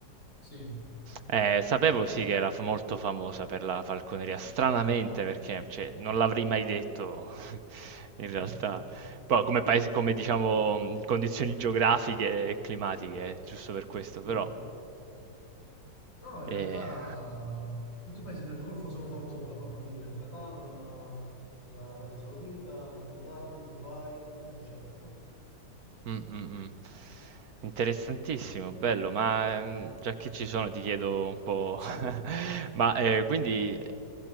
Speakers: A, on the left; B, on the right.
A: sì.
B: Eh, sapevo sì che era f- molto famosa per la falconeria, stranamente perché cioè, non l'avrei mai detto <laughs> in
A: <laughs>
B: realtà, poi come paese, come diciamo mh, condizioni geografiche e climatiche, eh, giusto per questo, però
A: Mm. No, no, in
B: eh,
A: realtà tutti i paesi del Golfo sono famosi per la falconeria, il Qatar, la- l'Arabia Saudita, Abu Dhabi, Dubai, eh, eccetera, no?
B: Mh, mh, mh. Interessantissimo, bello, ma, ehm, già che ci sono ti chiedo un po'
A: Sì,
B: <laughs> ma, ehm, quindi, ehm,